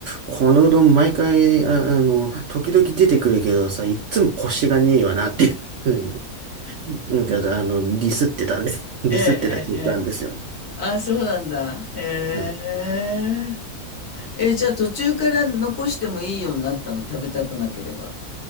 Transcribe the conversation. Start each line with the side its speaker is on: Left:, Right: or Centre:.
Right: このうどん毎回、あ、あの、時々出てくるけどさ、いっつも腰がねえよなっていうふうに、なんか、あの、ディスってたね。<laughs> ディスってた経験ですよね。
Left: ええ、ええ、ええ。あ、そうなんだ。へえ。
Right: うん。
Left: え、じゃあ途中から残してもいいようになったの、食べたくなければ。